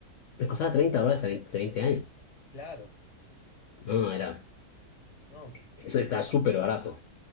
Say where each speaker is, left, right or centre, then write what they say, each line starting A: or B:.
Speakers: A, on the left; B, on the left.
A: Me costaba 30 dólares hace veinte hace 20 años.
B: Claro.
A: No, era.
B: No,
A: Eso
B: un
A: está
B: montón.
A: súper barato.